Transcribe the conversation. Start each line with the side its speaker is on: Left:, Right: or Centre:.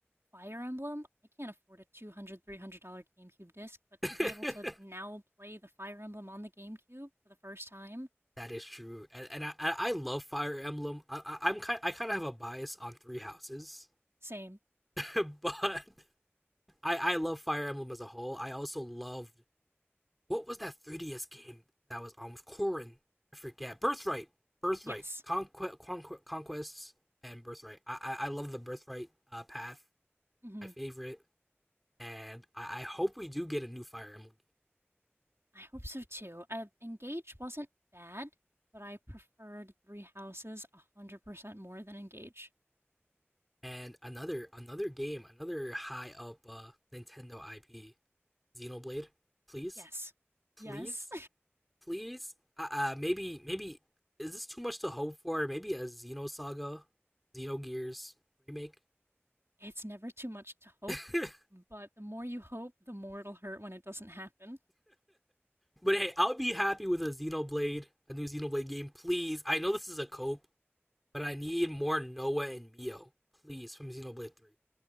Right: Fire Emblem, I can't afford a $200, $300 GameCube disc, but
Centre: <laughs>
Right: to be able to now play the Fire Emblem on the GameCube for the first time,
Centre: that is true, and, and I I love Fire Emblem. I, I, I'm kind I kind of have a bias on Three Houses,
Right: same.
Centre: <laughs> but I I love Fire Emblem as a whole. I also loved what was that 3DS game that was on with Corrin? I forget. Birthright, Birthright,
Right: Yes.
Centre: Conquest, Conquest, Conquests, and Birthright. I I, I love the Birthright uh, path.
Right: hmm
Centre: My favorite. and I, I hope we do get a new Fire Emblem game.
Right: I hope so too. Uh, Engage wasn't bad, but I preferred Three Houses 100% more than Engage.
Centre: and another another game, another high up uh, Nintendo IP, Xenoblade. Please,
Right: Yes.
Centre: please,
Right: Yes.
Centre: please. Uh, uh maybe maybe is this too much to hope for? Maybe a Xenosaga, Xenogears remake.
Right: <laughs> it's never too much to hope,
Centre: <laughs>
Right: but the more you hope, the more it'll hurt when it doesn't happen.
Centre: but hey, I'll be happy with a Xenoblade, a new Xenoblade game, please. I know this is a cope, but I need more Noah and Mio, please, from Xenoblade Three.